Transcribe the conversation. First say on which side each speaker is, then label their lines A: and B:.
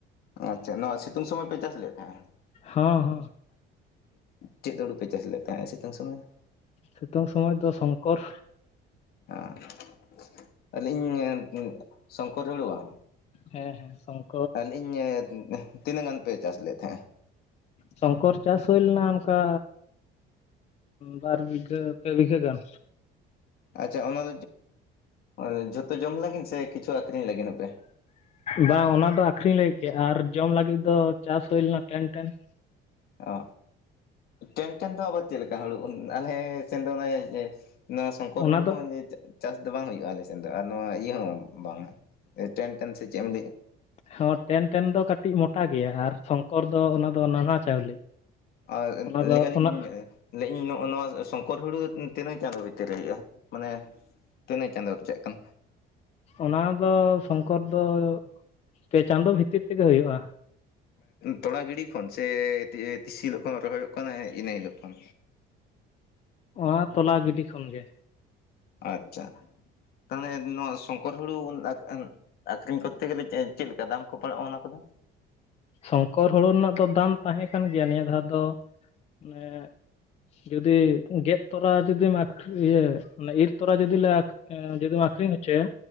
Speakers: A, on the left; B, on the left.
A: ᱟᱪᱪᱷᱟ, ᱱᱚᱣᱟ ᱥᱤᱛᱩᱝ ᱥᱚᱢᱚᱭ ᱯᱮ ᱪᱟᱥ ᱞᱮᱫ ᱛᱟᱦᱮᱸᱫ?
B: ᱦᱚᱸ ᱦᱚᱸ <unintelligible>
A: ᱪᱮᱫ ᱦᱩᱲᱩ ᱯᱮ ᱪᱟᱥ ᱞᱮᱫ ᱛᱟᱦᱮᱸᱫ ᱥᱤᱛᱩᱝ ᱥᱩᱢᱚᱭ?
B: ᱥᱤᱛᱩᱝ ᱥᱚᱢᱚᱭ ᱫᱚ ᱥᱚᱝᱠᱚᱨ᱾
A: ᱦᱮᱸ <unintelligible> ᱟᱹᱞᱤᱧ ᱥᱚᱝᱠᱚᱨ ᱦᱩᱹᱲᱩ <unintelligible>
B: ᱦᱮᱸ ᱦᱮᱸ ᱥᱚᱝ <unintelligible>
A: ᱟᱹᱞᱤᱧ ᱮ <unintelligible> ᱛᱤᱱᱟᱹᱜ ᱜᱟᱱ ᱯᱮ ᱪᱟᱥ ᱞᱮᱫ ᱛᱟᱦᱮᱸᱫ?
B: ᱥᱚᱝᱠᱚᱨ ᱪᱟᱥ ᱦᱩᱭ ᱞᱮᱱᱟ ᱚᱱᱠᱟ ᱵᱟᱨ ᱵᱤᱜᱷᱟᱹ ᱯᱮ ᱵᱤᱜᱷᱟᱹ ᱜᱟᱱ᱾
A: ᱟᱪᱪᱷᱟ, ᱚᱱᱟ ᱫᱚ ᱡᱷᱚᱛᱚ ᱡᱚᱢ ᱞᱟᱹᱜᱤᱫ ᱥᱮ ᱠᱤᱪᱷᱩ ᱟᱹᱠᱷᱨᱤᱧ ᱞᱟᱹᱜᱤᱫ ᱯᱮ?
B: ᱵᱟᱝ ᱚᱱᱟ ᱫᱚ ᱟᱹᱠᱷᱨᱤᱧ ᱞᱟᱹᱜᱤᱫ ᱜᱮ ᱟᱨ ᱡᱚᱢ ᱞᱟᱹᱜᱤᱫ ᱫᱚ ᱪᱟᱥ ᱦᱩᱭ ᱞᱮᱱᱟ ᱴᱮᱱ ᱴᱮᱱ <unintelligible>
A: ᱚ ᱴᱮᱱ ᱴᱮᱱ <unintelligible> ᱫᱚ ᱟᱵᱟᱨ ᱪᱮᱫ ᱞᱮᱠᱟ ᱦᱩᱲᱩ ᱟᱞᱮ <unintelligible> ‍? ᱥᱮᱱ ᱫᱚ ᱚᱱᱮ <unintelligible> ᱱᱚᱣᱟ ᱥᱚᱝᱠᱚᱨ
B: ᱚᱱᱟ
A: ᱦᱩᱲᱩ
B: ᱫᱚ
A: ᱦᱚᱸᱭ <unintelligible> ᱪᱟᱥ ᱫᱚ ᱵᱟᱝ ᱦᱩᱭᱩᱜᱼᱟ ᱟᱞᱮ ᱥᱮᱫ ᱫᱚ ᱟᱨ ᱱᱚᱣᱟ ᱤᱭᱟᱹ <unintelligible> ᱦᱚᱸ ᱵᱟᱝᱼᱟ ᱴᱮᱱ ᱴᱮᱱ <unintelligible> ᱥᱮ ᱪᱮᱫ ᱮᱢ ᱞᱟᱹᱭ ᱮᱭᱟ᱾
B: ᱦᱮᱸ, ᱴᱮᱱ ᱴᱮᱱ ᱫᱚ ᱠᱟᱹᱴᱤᱡ ᱢᱚᱴᱟ ᱜᱮᱭᱟ ᱟᱨ ᱥᱚᱝᱠᱚᱨ ᱫᱚ‌ ᱚᱱᱟ ᱫᱚ ᱱᱟᱱᱦᱟ ᱪᱟᱣᱞᱮ᱾
A: ᱟᱨ
B: ᱚᱱᱟ ᱫᱚ
A: ᱞᱟᱹᱭᱮᱫᱼᱟ <unintelligible> ᱟᱹᱞᱤᱧ
B: ᱚᱱᱟ
A: ᱞᱟᱹᱭ ᱤᱧ <unintelligible> ᱱᱚᱜ ᱱᱚᱣᱟ ᱥᱚᱝᱠᱚᱨ ᱦᱩᱲᱩ ᱛᱤᱱᱟᱹᱜ ᱪᱟᱸᱫᱳ ᱵᱷᱤᱛᱤᱨ ᱨᱮ ᱦᱩᱭᱩᱜᱼᱟ? ᱢᱟᱱᱮ ᱛᱤᱱᱟᱹᱜ ᱪᱟᱸᱫᱚ ᱨᱮᱭᱟᱜ ᱠᱟᱱᱟ?
B: ᱚᱱᱟ ᱫᱚ ᱥᱚᱝᱠᱚᱨ ᱫᱚ ᱯᱮ ᱪᱟᱸᱫᱳ ᱵᱷᱤᱛᱤᱨ ᱛᱮᱜᱮ ᱦᱩᱭᱩᱜᱼᱟ᱾
A: ᱛᱚᱲᱟ ᱜᱤᱰᱤ ᱠᱷᱚᱱ ᱥᱮ ᱛᱤᱥ ᱦᱤᱞᱳᱜ ᱠᱷᱚᱱ ᱨᱚᱦᱚᱭᱚᱜ ᱠᱟᱱᱟ ᱤᱱᱟᱹ ᱦᱤᱞᱳᱜ ᱠᱷᱚᱱ?
B: ᱚᱱᱟ ᱛᱚᱞᱟ ᱜᱤᱰᱤ ᱠᱷᱚᱱ ᱜᱮ᱾
A: ᱟᱪᱪᱷᱟ, ᱛᱟᱦᱚᱞᱮ ᱱᱚᱣᱟ ᱥᱚᱝᱠᱚᱨ ᱦᱩᱲᱩ <unintelligible> ᱟᱹᱠᱷᱨᱤᱧ ᱠᱚᱨᱛᱮ ᱜᱮᱞᱮ ᱪᱮᱫ ᱞᱮᱠᱟ ᱫᱟᱢ ᱠᱚ ᱯᱟᱲᱟᱜᱼᱟ ᱚᱱᱟ ᱠᱚᱫᱚ?
B: ᱥᱚᱝᱠᱚᱨ ᱦᱩᱲᱩ ᱨᱮᱱᱟᱜ ᱫᱚ ᱫᱟᱢ ᱛᱟᱦᱮᱸ ᱠᱟᱱ ᱜᱮᱭᱟ ᱱᱤᱭᱟᱹ ᱫᱷᱟᱣ ᱫᱚ, <unintelligible> ᱡᱩᱫᱤ ᱜᱮᱫ ᱛᱚᱨᱟ ᱡᱩᱫᱤ ᱟᱠᱷ ᱤᱭᱟᱹ ᱢᱟᱱᱮ ᱤᱨ ᱛᱚᱨᱟ ᱡᱚᱫᱤ ᱞᱮ ᱟᱹᱠ ᱡᱚᱫᱤᱢ ᱟᱹᱠᱷᱨᱤᱧ ᱦᱚᱪᱚᱭᱟ,